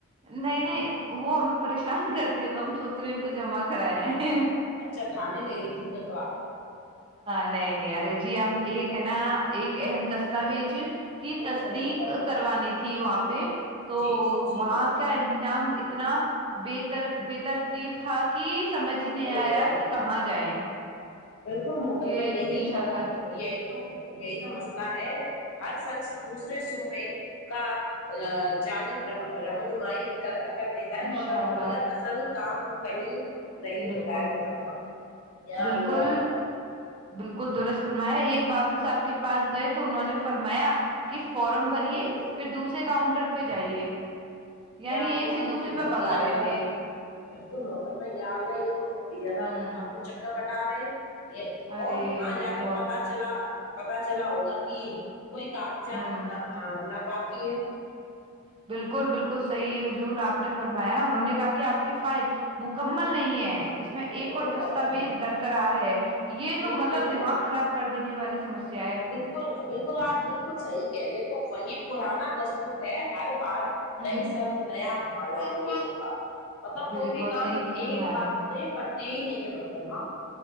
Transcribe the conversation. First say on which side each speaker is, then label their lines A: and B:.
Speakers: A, on the right; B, on the left.
A: نہیں نہیں وہ ہمیں پریشان کرتی ہے تو ہم سوچ رہے ہیں ان کو جمع کرایا ہے
B: اچھا تھاانے لے گئی تھی تو آپ
A: نہیں نہیں ارے جی ہم ایک ہے نا ایک اہم دس توآج
B: بالکل
A: کی
B: بالکل
A: تصدیق
B: محترمہ
A: کروانی تھی وہاں پہ تو
B: جی جی جی
A: وہاں
B: محترمہ
A: کا انتظام اتنا بےتر بے ترتیب تھا کہ سمجھ ہی نہیں
B: بالکل
A: آیا
B: محترمہ
A: کی کہاں جائیں
B: بالکل محترمہ
A: یہ
B: یہی
A: انشاء
B: تو
A: اللہ ہ
B: یہی تو یہی تو مسئلہ ہے ہر شخص دوسرے صوبے کا جانب رہنمائی کر دیتا ہے
A: انشاء
B: محترمہ
A: اللہ
B: مگر اصل کام کہیں نہیں
A: بالکل
B: ہوتا ہے محترمہ یا
A: بالکل
B: اللہ
A: بالکل درست فرمایا ایک بابو صاحب کے پاس گئے تو انہوں نے فرمایا کہ فارم بریے
B: بالکل
A: پھر دوسرے کاؤنٹر پہ جائیے یعنی
B: یا اللہ
A: ایک سے
B: یہ
A: دوسرے
B: تو
A: پہ
B: بہت
A: بگا
B: ہی زیادہ
A: رہے تھے
B: بالکل محترما یہ اللہ یہ تو بہت ہی زیادہ
A: ہوں
B: آپ کو چکر کٹا رہے ہیں یہ
A: ارے
B: اور وہاں جا کر
A: بہت
B: پتا چلا پتا چلا ہوگا کہ کوئی کاغذات
A: ہوں
B: ناکفی ہے
A: بالکل بالکل صحیح حضور آپ نے فرمایا انہوں نے کہا کہ آپ کی فائن مکمل نہیں ہے اس میں ایک
B: بالکل
A: اور
B: محترمہ
A: دستاویز درکرار ہے یہ
B: بالکل
A: تو مطلب دماغ خراب کر دینے والی سمسیا ہے
B: بالکل بالکل آپ بالکل صحیح کہہ رہیے تو وہی پرانا دستور ہے ہر بار
A: ہ
B: نئی سرط نیا بہانا ہے ان لوگوں کا مطلب
A: بالکل
B: کوئی بھی کام
A: صحیح فرمایا
B: ایک بار میں توہ یہ کرتے ہی نہیں ہے محترمہ